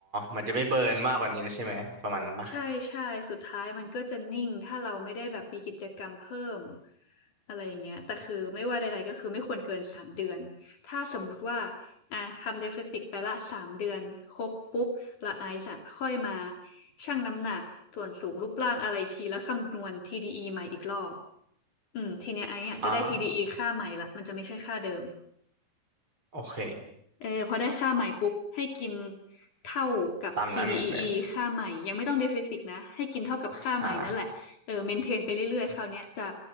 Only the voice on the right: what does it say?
มันจะไม่เบิร์นมากกว่านี้นะใช่ไหมประมาณนั้นปะ
อ่า
โอเค
ตามนั้นเหมือนเดิม
อ่า